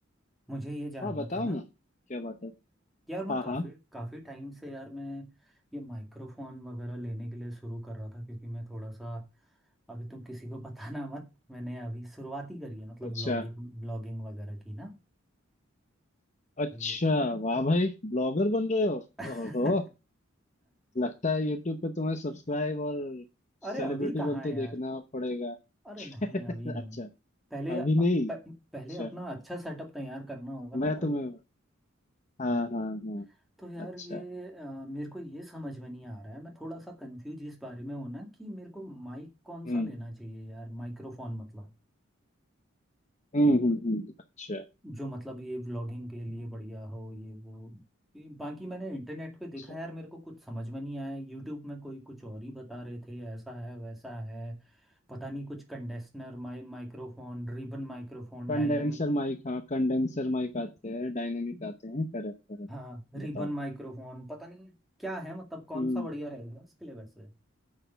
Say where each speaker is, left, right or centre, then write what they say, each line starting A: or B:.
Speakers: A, in the centre; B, on the left.
A: मुझे ये जानना
B: हाँ बताओ
A: था ना
B: ना क्या बात है
A: यार मैं
B: हाँ
A: काफ़ी
B: हाँ
A: काफ़ी टाइम से यार मैं ये माइक्रोफोन वगैरह लेने के लिए शुरू कर रहा था क्योंकि मैं थोड़ा सा अभी तुम किसी को <laughs> बताना मत मैंने अभी शुरुआत ही करी है मतलब
B: अच्छा
A: ब्लॉगिंग ब्लॉगिंग वगैरह की ना
B: अच्छा
A: तो-
B: वाह भाई ब्लॉगर बन रहे हो
A: <laughs>
B: ओहो लगता है यूट्यूब पे तुम्हें सब्सक्राइब और
A: अरे
B: सेलिब्रिटी
A: अभी कहाँ
B: बनते
A: है यार
B: देखना पड़ेगा
A: अरे नहीं
B: <laughs>
A: अभी नहीं
B: अच्छा
A: पहले
B: अभी
A: प,
B: नहीं अच्छा
A: पहले अपना अच्छा सेटअप तैयार करना होगा ना
B: मैं
A: तब
B: तुम्हें हाँ
A: हम्म
B: हाँ हाँ
A: तो यार
B: अच्छा
A: ये अ, मेरे को ये समझ में नहीं आ रहा है मैं थोड़ा सा कंफ्यूज इस बारे में हूं ना कि मेरे को माइक कौन
B: हम्म
A: सा लेना चाहिए यार माइक्रोफोन मतलब
B: हम्म
A: कि
B: हम्म हम्म, अच्छा
A: जो मतलब ये व्लॉगिंग के लिए बढ़िया हो ये वो ये बाकी मैंने इंटरनेट पे देखा
B: अच्छा
A: यार मेरे को कुछ समझ में नहीं आया यूट्यूब में कोई कुछ और ही बता रहे थे ऐसा है वैसा है पता नहीं कुछ condenser माइ microphone ribbon microphone
B: कंडेंसर
A: dynamic
B: माइक हाँ कंडेंसर माइक आते हैं डायनेमिक आते हैं करेक्ट करेक्ट
A: हाँ रिबन
B: बताओ
A: माइक्रोफोन पता नहीं क्या है मतलब कौन
B: हम्म
A: सा बढ़िया रहेगा इसके लिए वैसे